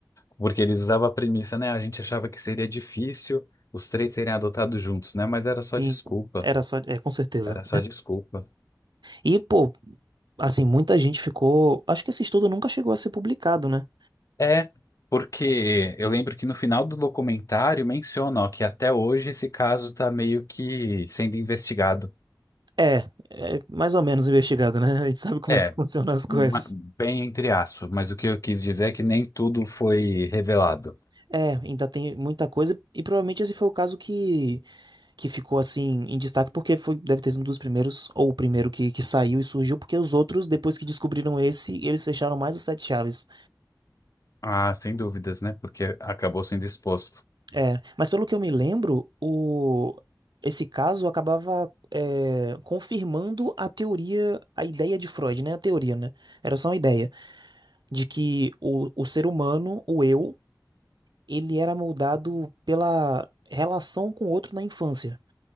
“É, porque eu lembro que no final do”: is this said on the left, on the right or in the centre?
Left